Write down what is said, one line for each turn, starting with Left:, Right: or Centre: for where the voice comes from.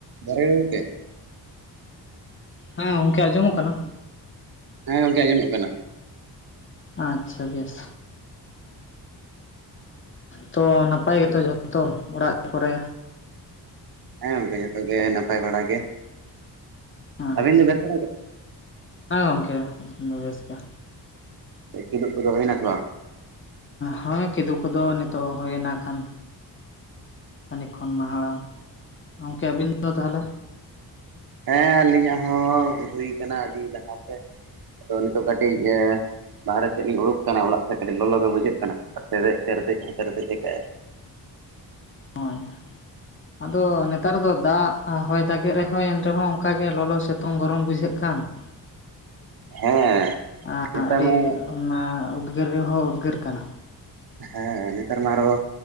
Right: ᱡᱚᱦᱟᱸᱨ ᱜᱮ ᱜᱚᱢᱠᱮ
Left: ᱦᱮᱸ ᱜᱚᱢᱠᱮ ᱟᱸᱡᱚᱢᱚᱜ ᱠᱟᱱᱟ
Right: ᱦᱮᱸ ᱜᱚᱝᱠᱮ ᱟᱸᱡᱚᱢᱚᱜ ᱠᱟᱱᱟ
Left: ᱟᱪᱪᱷᱟ ᱵᱮᱥ ᱛᱚ ᱱᱟᱯᱟᱭ ᱜᱮᱛᱚ ᱡᱷᱚᱛᱚ ᱚᱲᱟᱜ ᱠᱚᱨᱮ
Right: ᱦᱮᱸ ᱜᱚᱝᱠᱮ ᱡᱷᱚᱛᱚ ᱜᱮ ᱱᱟᱯᱟᱭ ᱵᱟᱲᱟ ᱜᱮ
Left: ᱟᱪᱪᱷᱟ
Right: ᱟᱹᱵᱤᱱ ᱫᱚ ᱵᱮᱥ ᱵᱟᱲᱟ ᱜᱮ
Left: ᱦᱮᱸ ᱠᱮ ᱵᱮᱥᱠᱟ
Right: ᱠᱤᱫᱩᱵ ᱠᱚᱫᱚ ᱦᱩᱭᱱᱟ ᱥᱮ ᱵᱟᱝ
Left: ᱦᱮᱸ ᱠᱤᱫᱩᱯ ᱠᱚᱫᱚ ᱱᱤᱛᱚᱜ ᱦᱩᱭ ᱮᱱᱟ ᱠᱷᱟᱱ। ᱠᱷᱟᱹᱱᱤᱠ ᱠᱷᱚᱱ ᱢᱟᱲᱟᱝ ᱜᱚᱢᱠᱮ ᱟᱹᱵᱤᱱ ᱫᱚ ᱛᱟᱦᱚᱞᱮ
Right: ᱦᱮᱸ ᱟᱹᱞᱤᱧᱟᱜ ᱦᱚᱸ ᱦᱩᱭ ᱟᱹᱰᱤ ᱞᱟᱦᱟᱛᱮ ᱟᱫᱚ ᱱᱤᱛᱚᱜ ᱠᱟᱹᱴᱤᱡᱽ ᱵᱟᱦᱨᱮ ᱥᱮᱫ ᱞᱤᱧ ᱩᱲᱩᱠ ᱠᱟᱱᱟ, ᱚᱲᱟᱜ ᱥᱮᱫ ᱠᱟᱹᱴᱤᱡ ᱞᱚᱞᱚ ᱜᱮ ᱵᱩᱡᱷᱟᱹᱜ ᱠᱟᱱᱟ ᱟᱨ ᱛᱮᱨᱫᱮᱡ ᱛᱮᱨᱫᱮᱡ ᱛᱮᱨᱫᱮᱡ ᱦᱚᱸ ᱛᱮᱨᱫᱮᱡ ᱠᱟᱜᱟᱭ
Left: ᱦᱳᱭ ᱟᱫᱚ ᱱᱮᱛᱟᱨ ᱫᱚ ᱫᱟᱜ ᱦᱚᱭ ᱫᱟᱜᱮᱫ ᱨᱮᱦᱚᱸ ᱮᱱ ᱨᱮᱦᱚᱸ ᱚᱱᱠᱟ ᱜᱮ ᱞᱚᱞᱚ ᱥᱤᱛᱩᱝ ᱜᱚᱨᱚᱢ ᱵᱩᱡᱷᱟᱹᱜ <unintelligible>
Right: ᱦᱮᱸ ᱱᱮᱛᱟᱨ
Left: ᱟᱹᱰᱤ
Right: ᱢᱟ
Left: ᱚᱱᱟ ᱩᱫᱽᱜᱟᱹᱨ ᱨᱮᱦᱚᱸ ᱩᱫᱽᱜᱟᱹᱨ ᱠᱟᱱᱟ᱾
Right: ᱦᱮᱸ ᱱᱮᱛᱟᱨ ᱢᱟ ᱟᱨᱚ